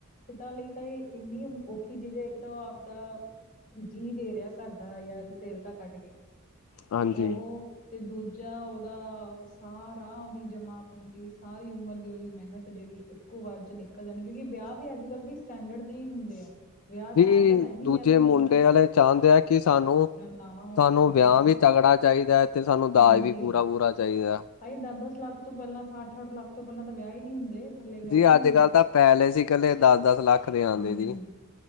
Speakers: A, on the left (about 40°); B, on the left (about 70°).
A: ਪਿਤਾ ਲਈ ਤਾਂ ਇੰਨੀ ਔਖੀ ਚੀਜ਼ ਹੈ। ਇੱਕ ਤਾਂ ਉਹ ਆਪਦਾ ਜੀਅ ਦੇ ਰਿਹਾ ਘਰ ਦਾ, ਜਾਂ ਦਿਲ ਦਾ ਕੱਢ ਕੇ
B: ਹਾਂਜੀ
A: ਉਹ ਤੇ ਦੂਜਾ ਔਦਾ ਸਾਰਾ ਉਹਦੀ ਜਮਾ ਪੂੰਜੀ, ਸਾਰੀ ਉਮਰ ਦੀ ਉਹਦੀ ਮਿਹਨਤ ਜਿਹੜੀ ਇੱਕੋ ਵਾਰ ਚ ਨਿਕਲ ਜਾਣੇ ਕਿਉਂਕਿ ਵਿਆਹ ਵੀ ਅੱਜ ਕੱਲ੍ਹ ਵੀ ਸਟੈਂਡਰਡ ਦੇ ਹੀ ਹੁੰਦੇ ਆ। ਵਿਆਹ ਤਾਂ
B: ਜੀ
A: ਐਂ ਤਾਂ ਰਹਿ ਨੀ
B: ਦੂਜੇ
A: ਗਯਾ ਵੀ ਮਤ
B: ਮੁੰਡੇ ਵਾਲੇ ਚਾਹੁੰਦੇ ਹੈ ਕਿ ਸਾਨੂੰ
A: ਲਾਵਾਂ ਹੋ
B: ਸਾਨੂੰ
A: ਜਾਣ ਸਿੱਧੀਆਂ
B: ਵਿਆਹ
A: ਨਾ
B: ਵੀ ਤਗੜਾ ਚਾਹੀਦਾ ਹੈ। ਤੇ ਸਾਨੂੰ ਦਾਜ
A: ਹਾਂਜੀ
B: ਵੀ ਪੂਰਾ ਪੂਰਾ ਚਾਹੀਦਾ।
A: ਹਾਏ ਦਸ ਦਸ ਲੱਖ ਤੋਂ ਪਹਿਲਾਂ ਅੱਠ ਅੱਠ ਲੱਖ ਤੋਂ ਪਹਿਲਾਂ ਤਾਂ ਵਿਆਹ ਹੀ ਨਹੀ ਹੁੰਦੇ। ਥੱਲੇ ਵਿਆਹ
B: ਜੀ
A: ਹੀ ਨਹੀਂ
B: ਅੱਜ
A: ਹੁੰਦੇ
B: ਕਲ ਤਾਂ ਪੈਲਸ ਇਕੱਲੇ ਦਸ ਦਸ ਲੱਖ ਦੇ ਆਉਂਦੇ
A: ਹੂੰ
B: ਜੀ।